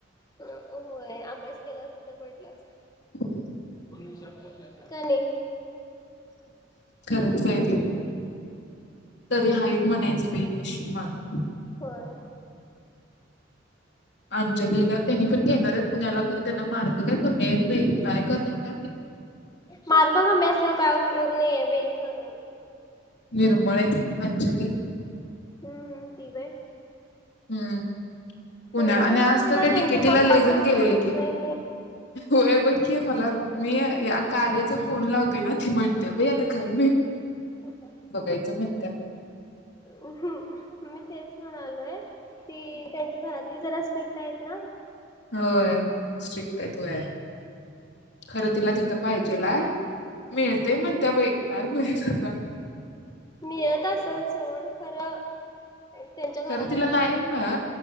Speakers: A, on the left; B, on the left.
A: होयं अभ्यास केलां असे तरं म्हटलंच
B: हं
A: कां नाहीं
B: खरंच आहे ते तरी हांच म्हणायचं बाई नशीब मांन
A: होयं
B: अंजलीला त्यांनी पणं घेणारं आहेतं पुण्यांला खरं त्यांना मार्ग कायं कमी आहेतं कायं करतांत कायं माहिती
A: मार्ग कमी असल्यामुळे कायं उपयोग नाहीं आहे बाई करं
B: निर्मळे अंजली
A: हम्मं हम्मं ती वयं
B: हम्मं पुण्यां
A: पुण्याला
B: आणि
A: गेल्यावर
B: आंज
A: म्हणजे
B: तरं कायं
A: त्यांचे
B: तिकेटीला
A: पप्पा
B: लैजन
A: तर सोडत
B: गेलेली की
A: नाही
B: होयं बघं की मलां मी कार्याचा फोन लावतोय नां ती म्हणते बाई आंता खरं मी
A: ठीकं आहे
B: बघायचं म्हणत्यांत
A: हम्मं मी तेचं म्हणालो आंलोय ती त्यांची घरांतली जरां स्ट्रिक्ट आहेतं नां
B: होयं स्ट्रिक्ट आहे थोडे खरं तिलां तिथं पाहिजेलाय मिळतंय म्हणं त्यां बाई काय मिळतं कां
A: निळतं असेल सोंड खरं त्यांच्या घरातली
B: करं तिला
A: सोडावी
B: नाहीं मंला